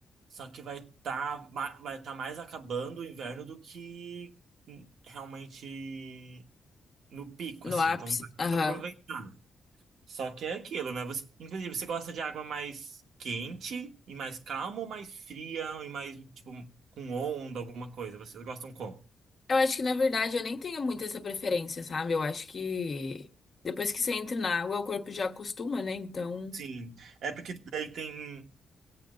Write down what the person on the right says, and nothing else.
Só que vai estar vai tá mais acabando o inverno do que hum, realmente no pico,
assim.
Então, dá
pra aproveitar. Só que é aquilo, né? Você, inclusive, você gosta de água mais quente e mais calma ou mais fria e mais, tipo, com onda, alguma coisa? Vocês gostam como?
Sim, é porque daí tem.